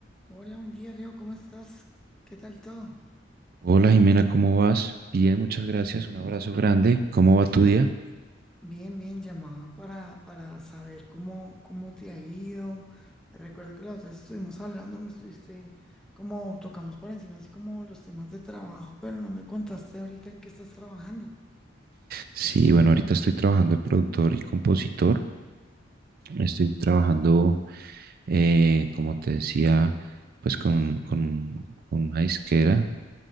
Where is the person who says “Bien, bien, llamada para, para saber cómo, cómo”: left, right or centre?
Centre